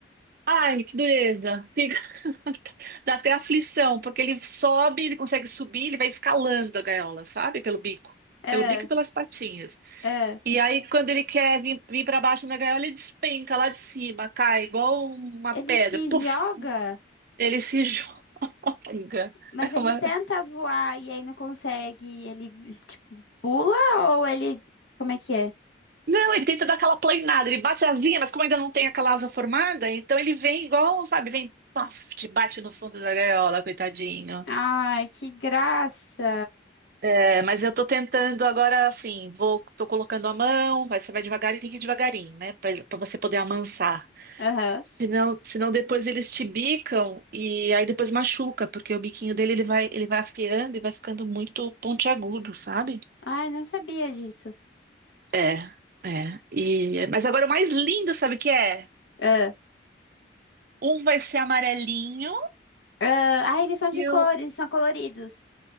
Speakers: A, on the right; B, on the left.
A: Ai, que dureza. Fica... <laughs> Dá até aflição, porque ele sobe, ele consegue subir, ele vai escalando a gaiola, sabe? Pelo bico.
B: Ah,
A: Pelo bico e pelas patinhas.
B: ah.
A: E aí, quando ele quer vir, vir para baixo na gaiola, ele despenca lá de cima, cai igual uma
B: Ele
A: pedra.
B: se
A: Puf!
B: joga?
A: Ele se <laughs> joga.
B: Mas
A: É
B: ele
A: uma-
B: tenta voar e aí não consegue, e ele tipo pula ou ele como é que é?
A: Não, ele tenta dar aquela planeada, ele bate as linhas, mas como ainda não tem aquela asa formada, então ele vem igual, sabe? Vem, paf, te bate no fundo da gaiola, coitadinho.
B: Ai, que graça.
A: É, mas eu tô tentando agora, assim, vou, tô colocando a mão, mas você vai devagar e tem que ir devagarinho, né? Pra, pra você poder amansar.
B: Aham.
A: Senão, senão depois eles te bicam e aí depois machuca, porque o biquinho dele ele vai, ele vai afiando e vai ficando muito pontiagudo, sabe?
B: Ai, não sabia disso.
A: É, é. E, mas agora o mais lindo, sabe o que é?
B: Ah,
A: Um vai ser amarelinho
B: ah, ai, eles são de
A: e
B: cores,
A: o
B: eles são coloridos.